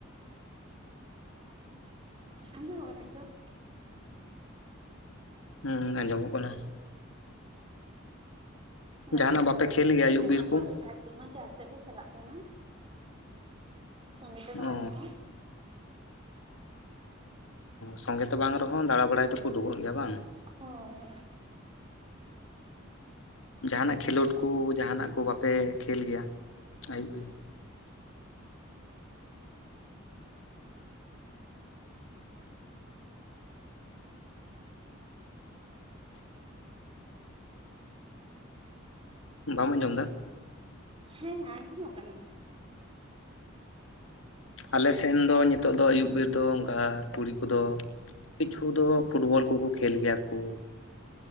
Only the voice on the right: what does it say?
ᱟᱸᱡᱚᱢᱚᱜ ᱠᱟᱱᱟ ᱱᱤᱛᱳᱜ
ᱜᱟᱛᱮ
ᱠᱚᱫᱚ
ᱩᱰᱩᱝ
ᱫᱚᱠᱚ
ᱩᱰᱩᱝᱚᱜ
ᱟᱠᱚ
ᱟᱫᱚ ᱡᱮᱢᱚᱱ ᱡᱟᱦᱟᱸ ᱥᱮᱫ ᱞᱮ ᱪᱟᱞᱟᱜ ᱛᱟᱦᱮᱱᱟ ᱥᱚᱸᱜᱮ ᱛᱮ ᱵᱟᱝ
ᱨᱮᱦᱚᱸ
ᱦᱳᱭ ᱦᱳᱭ
ᱦᱮᱸ ᱟᱸᱡᱚᱢᱚᱜ ᱠᱟᱱᱟ